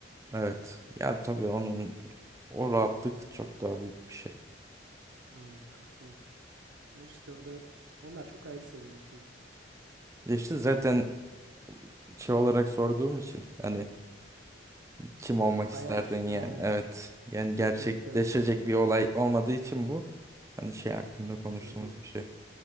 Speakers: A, on the right (about 15°); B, on the right (about 75°).
A: Evet. Ya tabii onun o rahatlık çok daha büyük bir şey.
B: Aynen katılıyorum. Ya işte o da onlar çok ayrı seviyeler tabii.
A: Ya İşte zaten
B: Çok
A: şey olarak sorduğum için hani Kim olmak
B: hayal
A: isterdin
B: işte
A: yani?
B: aynen.
A: Evet. Yani gerçekleşecek
B: İmkansız.
A: bir olay olmadığı için bu. Hani şey hakkında konuştuğumuz
B: Evet evet.
A: bir şey.